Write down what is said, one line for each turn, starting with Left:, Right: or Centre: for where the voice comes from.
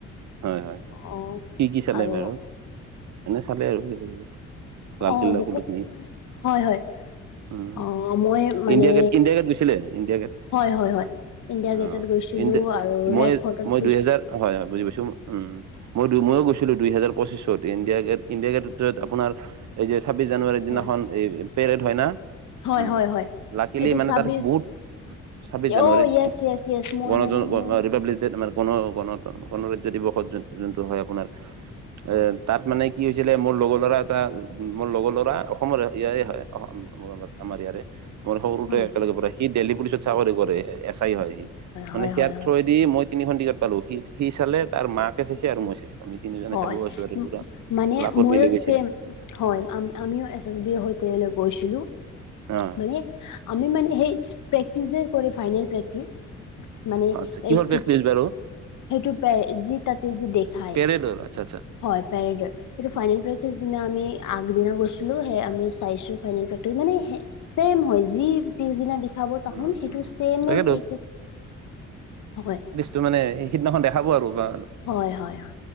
Right: হয় হয় হয়
Left: অ
Right: কি কি চালে
Left: আৰু
Right: বাৰু এনে চালে আৰু কিবা-কিবি। লালকিল্লাত
Left: অ বহুত
Right: কটু মিনিৰ
Left: মানে হয় হয়
Right: উম
Left: অ মই মানে
Right: ইণ্ডিয়া গেট ইণ্ডিয়া গেট গৈছিলে ইণ্ডিয়া গেট।
Left: হয় হয় হয় ইণ্ডিয়া
Right: অ
Left: গেটত গৈছিলো
Right: ইন
Left: আৰু
Right: মই
Left: ৰেড ফৰ্টত
Right: মই
Left: গৈছো
Right: দুই হেজাৰ হয় হয় বুজি পাইছো উম। মই দুই ময়ো গৈছিলো দুইহেজাৰ পঁচিছত ইণ্ডিয়া গেট ইণ্ডিয়া গেটত আপোনাৰ। এই যে ছাব্বিশ জানুৱাৰীৰ দিনাখন
Left: হয়
Right: এই পেৰেড হয় না।
Left: হয়
Right: উম
Left: হয় হয়
Right: লাকিলি
Left: এইটো
Right: মানে
Left: ছাব্বিছ
Right: তাৰে বহুত। ছাব্বিশ জানুৱাৰী
Left: অ য়েছ য়েছ য়েছ মই
Right: গণতন্ত্ৰ
Left: মানে মই
Right: ৰিপাব্লিক যে তোমাৰ গণ গণ ত গণৰাজ্য দিৱসত যোনটো হয় আপোনাৰ
Left: হয়
Right: এ তাত মানে কি হৈছিলে মোৰ লগৰ ল'ৰা এটা মোৰ লগৰ ল'ৰা অসমৰে ইয়াৰে হয় অসম আমাৰ ইয়াৰে। মোৰ সৰুতে
Left: হয়
Right: একেলগে পঢ়া সি দেল্লী পুলিচত চাকৰি কৰে এছ আই হয় সি মানে
Left: হয়
Right: সিয়াৰ।
Left: হয় হয়
Right: থৰদি মই তিনি টিকেট পালো সি সি চালে তাৰ মাকে চাইছে আৰু মই চাইছো। আমি তিনিজনে
Left: হয়
Right: চাব গৈছো আৰু পুৰা
Left: মানে
Right: লাখত
Left: ময়ো
Right: মিলি গৈছিলে
Left: ছেম। হয় আমিও এছ এছ বি ৰ সৈতে গৈছিলোঁ।
Right: অ।
Left: মান আমি মানে সেই প্ৰেটিচ কৰি ফাইনেল প্ৰেক্টিছ। মানে
Right: আচ্ছা কিহৰ
Left: এই।
Right: প্ৰেক্টিচ বাৰু
Left: সেইটো পে যি তাতে যি দেখায়
Right: পেৰেডৰ আচ্ছা
Left: হয় পেৰেডৰ। সেইটো
Right: আচ্ছা
Left: ফাইনেল প্ৰেক্টিচ দিনা আমি আগদিনা গৈছিলো সে আমি চাইছো ফাইনেল প্ৰেক্টিছ, মানে সেই চেম হয় যি পিছদিনা দিখাব তাহোন
Right: উম,
Left: সেইটো ছেমে
Right: তাকেতো
Left: তেখেত হয়
Right: তো মানে সেইদিনাখন দেখাব আৰু বা
Left: হয় হয় হয়